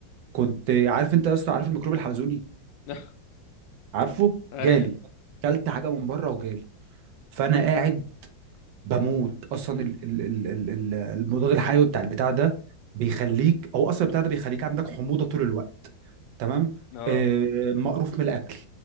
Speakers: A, on the right; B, on the left.
A: كنت عارف أنت يا اسطى عارف الميكروب الحلزوني
B: <laughs>
A: عارفه
B: ايوه
A: جالي كلت حاجة من بره وجالي فأنا قاعد بموت أصلا ال... ال... ال... ال... ال- المضاد الحيوي بتاع البتاع ده بيخليك أو أصلا البتاع ده بيخليك عندك حموضة طول الوقت تمام
B: اه
A: آه، مقروف من الاكل